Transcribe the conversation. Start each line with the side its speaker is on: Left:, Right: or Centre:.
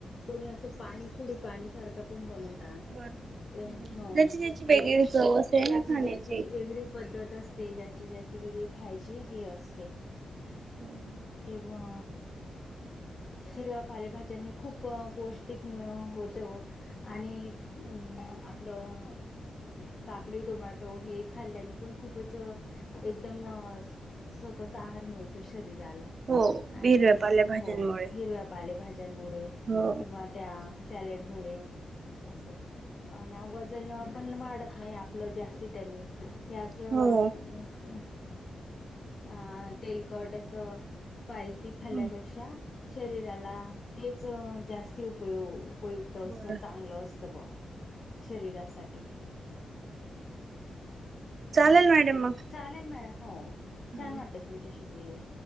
Left: कोणी असं पाणी खुडी पाणी सारखं पण बनवतं तात
Right: बर
Left: ते हं
Right: त्याची त्याची वेगळी
Left: ते
Right: चव असते
Left: ज्याची-
Right: ना खाण्याची
Left: ज्याची वेगळी पद्धत असते. ते ज्याची - ज्याची वेगळी खायाची हे असते.
Right: हम.
Left: वा! हिरव्या पालेभाज्यांनी, खूप अ पौष्टिक मि होते ओ आणि अ आपलं काकडी, टोमॅटो हे खाल्ल्यांनी पण खूपचं एकदम असं सकस आहार, मिळतो शरीराला.
Right: हो.
Left: आणि
Right: हिरव्या पालेभाज्यांमुळे
Left: हो हिरव्या पाले भाज्यांमुळे
Right: हो
Left: किंवा त्या सॅलेड मुळे असं, अनं वजनं पण वाढत नाही आपलं जास्ती त्यानी. हे असं
Right: हो
Left: अस् अ तेलकट असं स्पायसी
Right: चांगलंच
Left: खाल्ल्यापेक्षा शरीराला तेचं जास्त उपय उपयुक्त असतं,
Right: बरं
Left: चांगलं असतं ब शरीरासाठी.
Right: चालेल मॅडम मग.
Left: चालेल मॅडम, हो
Right: हो
Left: छान वाटलं तुमच्याशी बोलून.